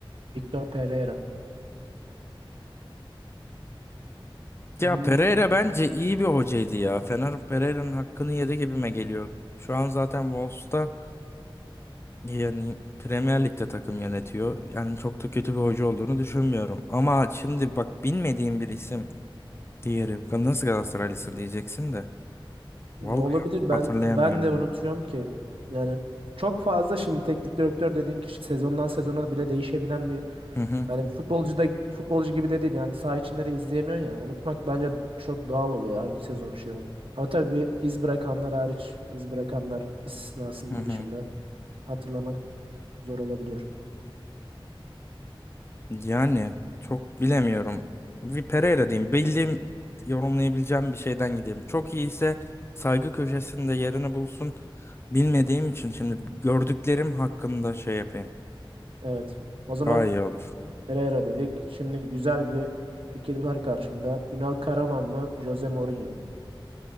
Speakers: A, on the right; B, on the left.
A: Victor Pereira.
B: Ya
A: Hmm,
B: Pereira bence iyi bir hocaydı ya. Fener Pereira'nın hakkını yedi gibime geliyor. Şu an zaten Wolves'ta Yani Premier Lig'de takım yönetiyor. Yani çok da kötü bir hoca olduğunu düşünmüyorum. Ama şimdi bak bilmediğim bir isim diğeri. Nasıl Galatasaraylısın diyeceksin de.
A: ne
B: Vallahi
A: olabilir ben
B: hatırlayamıyorum.
A: ben de unutuyorum ki. Yani çok fazla şimdi teknik direktör dediğin kişi sezondan sezona bile değişebilen bir
B: Hı hı
A: Yani futbolcu da futbolcu gibi de değil yani saha içinde de izleyemiyorsun ya. Unutmak bence çok doğal oluyor hangi sezon şey oldu. Ama tabii bir iz bırakanlar hariç, iz bırakanlar istisnasının
B: hı hı.
A: dışında hatırlamak zor olabiliyor.
B: Yani çok bilemiyorum. Bir Pereira diyeyim. Bildiğim yorumlayabileceğim bir şeyden gideyim. Çok iyi ise saygı köşesinde yerini bulsun. Bilmediğim için şimdi gördüklerim hakkında şey yapayım.
A: Evet. O zaman
B: Daha iyi olur.
A: Pereira dedik. Şimdi güzel bir ikili var karşımda. Ünal Karaman mı, Jose Mourinho mu?